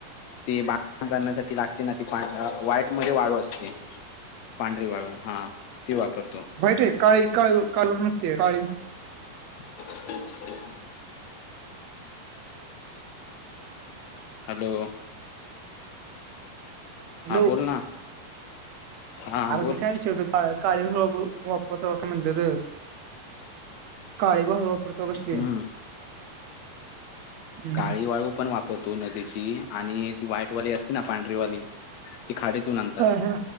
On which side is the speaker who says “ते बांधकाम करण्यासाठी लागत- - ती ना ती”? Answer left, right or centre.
Left